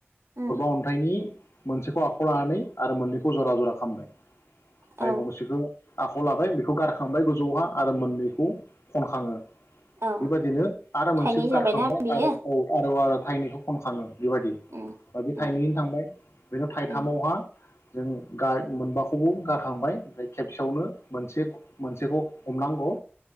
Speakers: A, on the right (about 85°); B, on the left (about 80°).
A: उम
B: अनथायनि मोनसेखौ खौ लानानै आरो मोननैखौ जरा जरा खालामनाय
A: औ
B: फाय गरसेखो आखायाव लाबाय बेखौ गारखांबाय गोजौहा आरो मोननैखौ खनखाङो।
A: औ
B: बेबायदिनो आरो मोनसेखौ
A: थाइनै जाबायना
B: गारखांबाय
A: बेयो
B: आरो औ <unintelligible> थायनैखौ खनखाङो। बिबादि
A: उम उम
B: थाइनैनो थांबाय बेनाव थाइथामावहा
A: उम
B: जों गा मोनबाखौबो गारखांबाय ओमफाय खेबसेयावनो मोनसे मोनसेखौ हमनांगौ